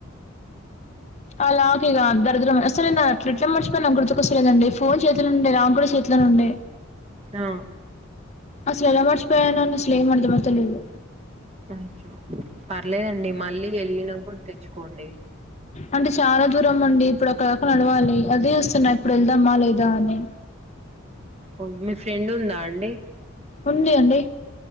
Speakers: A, on the left; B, on the right.
A: అ లాక్ ఇగ దరిద్రం అసల్ నిన్ అట్లెట్ల మర్చిపోయిన నాకుగుర్తుకొస్తలేదండి ఫోన్ చేతిలోనే ఉంది నాకు కూడా చే ఉండే
B: ఆ
A: అసలు ఎలా మర్చిపోయానో అనేసి ఏం అర్థమైతలేదు
B: అచొ పర్లేదండి మళ్ళీ వెళ్ళినప్పుడు తెచ్చుకోండి
A: అంటే చాలా దూరం అండి ఇప్పుడు అక్కడి దాక నడవాలి అదే చుస్తున్నా ఇప్పుడు వెళ్దామా లేదా అని
B: ఒ మీ ఫ్రెండ్ ఉందా అండి
A: ఉంది అండి